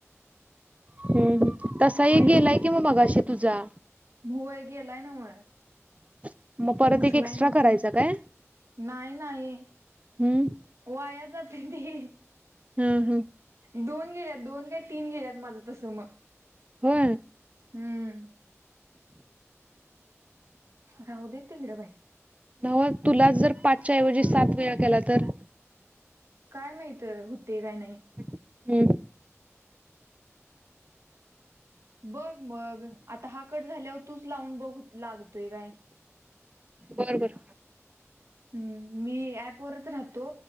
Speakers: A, on the right (about 25°); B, on the right (about 65°).
A: हम्म तसा
B: मग
A: एक गेलाय कि मग असे तुझा
B: होय गेलाय नव
A: <inaudible>
B: उचलाय
A: एक एक्स्ट्रा
B: नव्हते
A: करायचा काय
B: नाही नाही
A: हम्म
B: वया जात ते
A: हम्म हम्म
B: दोन गेल्यात दोन काय तीन गेल्यात माझं तसं मग
A: हो
B: हम्म राहू देेत तिकडें बाई
A: नव तुला जर पाचच्या ऐवजी सात वेळा केला तर
B: काय माहित होते काय नाही
A: हम्म
B: बघ मग आता हा कट झाल्यावर तूच लावून बघ लागतोय काय
A: बर बर
B: हम्म मी ऍपवरच राहतो